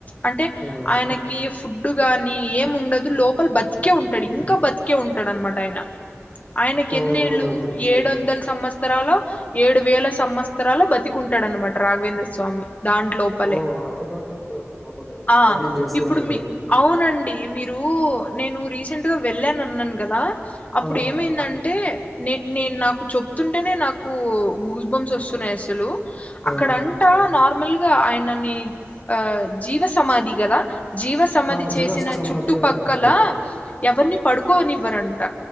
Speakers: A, on the left; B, in the centre.
A: అంటే
B: ఆ
A: ఆయనకి ఫుడ్ గాని ఏమి ఉండదు లోపల బతికి తికే ఉంటాడు ఇంకా బతికే ఉంటాడు అనమాట ఆయన ఆయనకి
B: ఆ
A: ఎన్నేళ్ళు
B: అవునండి
A: ఏడు వందలు సంవత్సరాలో ఏడు వేల సంవత్సరాలు బతికుంటాడన్నమాట రాఘవేంద్ర స్వామి దాంట్ లోపలే
B: ఓ అందులోనే ఉంటాడు లోపలే
A: ఆ
B: ధ్యానం చేస్తూ
A: ఇప్పుడు
B: ఉంటాడు
A: మీ అవునండి ఈ మీరు నేను రీసెంట్ గా వెళ్ళాను అన్నాను కదా అప్పుడు
B: ఆ
A: ఏమైందంటే నే నేను నాకు చెప్తుంటేనే నాకు గూస్ బంస్ వస్తున్నాయి అసలు
B: ఆ
A: అక్కడంటా నార్ నార్మల్ గా ఆయనని ఆ జీవ సమాధి కదా జీవ సమాధి
B: ఆ జీవ
A: చేసిన
B: సమాధి
A: చుట్టుపక్కల
B: అంటారు
A: ఎవరిని పడుకోనివ్వరంట